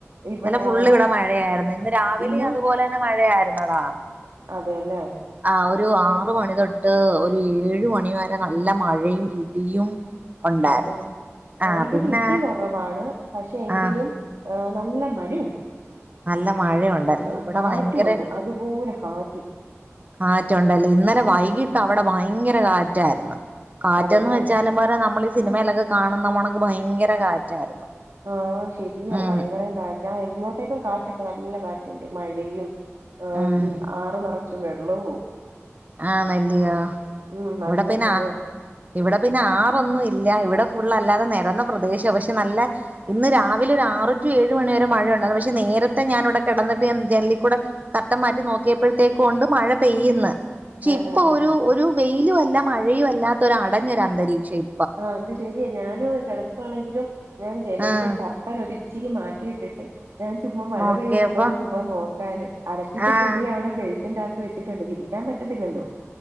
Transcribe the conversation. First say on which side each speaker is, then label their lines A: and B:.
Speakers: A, on the right; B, on the right.
A: ഇവിടെ
B: ഇന്നലെ ഫുള്ള്
A: ആ
B: ഇവിടെ മഴയായിരുന്ന് ഇന്ന് രാവിലെയും
A: ഇന്ന്
B: അതുപോലെ തന്നെ മഴയായിരുന്നടാ
A: അതെല്ലേ
B: ആഹ് ഒരു
A: ആ
B: ആറ് മണി തൊട്ട് ട്ട് ഒരു ഏഴ് മണി വരെ നല്ല മഴയും ഇടിയും ഉണ്ടായിരുന്നു
A: ആ ആ ആ,
B: ആഹ്
A: ഇവിടെ
B: പിന്നെ
A: ഇടി കുറവാണ് പക്ഷെ എങ്കിലും
B: ആഹ്
A: നല്ല മഴയുണ്ട്
B: നല്ല മഴയാ ണ്ടല്ലേ
A: ആ
B: ഇവിടെ
A: കാറ്റുമുണ്ട്
B: ഭയങ്കര
A: അതുപോലെ കാറ്റും
B: കാറ്റുണ്ടല്ലേ ഇന്നലെ വൈകിട്ട്
A: ഉം
B: അവിടെ ഭയങ്കര കാറ്റായിരുന്നു കാറ്റന്ന്
A: അതെല്ലേ
B: വെച്ചാലും പോരാ നമ്മള് സിനിമയിലൊക്കെ കാണുന്നമണക്ക് ഭയങ്കര കാറ്റായിരുന്നു
A: ആഹ് ശരിയാ
B: ഉം
A: ഭയങ്കരം കാറ്റ ആ ഇങ്ങോട്ടേക്കും കാറ്റൊക്കെ നല്ല കാറ്റുണ്ട് മഴയും ആഹ്
B: ഉം
A: ആറ് നിറച്ചും വെള്ളവും
B: ആഹ് നെല്ലിയ
A: ഉം നല്ല
B: ഇവിടെ പിന്നെ
A: സുഖവാ
B: ഇവിടെ പിന്നെ ആ ന്നും ഇല്ല ഇവിടെ ഫുള്ള് അല്ലാതെ നിരന്ന പ്രദേശം പക്ഷെ നല്ല ഇന്ന് രാവിലെ ഒരു ആറ് ടു ഏഴ് മണി വരെ മഴയ ഉണ്ടായിരുന്നു പക്ഷെ നേരത്തെ ഞാൻ ഇവിടെ കിടന്നിട്ട് ജനാല്ലിക്കൂടെ കർട്ടൻ മാറ്റി നോക്കിയപ്പോഴത്തേക്ക് കൊണ്ട് മഴ പെയ്യുന്നു പക്ഷെ
A: ആഹ്
B: ഇപ്പൊ
A: ആഹ് ആഹ്
B: ഒരു ഒരു വെയിലും അല്ല മഴയയും അല്ലാത്തൊരു അടഞ്ഞൊര അന്തരീക്ഷം ഇ
A: ആഹ് അത് ശരിയ ഞാനും കിടക്കുവാണെങ്കിലും ഞാൻ ജനലിന്റെ
B: ആഹ്
A: കാർ ഇച്ചിരി മാറ്റിയിട്ടിട്ട് ഞാൻ ചുമ്മാ മഴ
B: നോക്കിയപ്പോ
A: പെയ്യുന്നുണ്ടോന്ന് ചുമ്മ നോക്കാന് അലാക്കിയിട്ട്
B: ആഹ്
A: തുണി അവിടെ ബേസിന്റെ വച്ചിട്ടണ്ട് വിരിക്കാൻ പറ്റത്തില്ലല്ലോ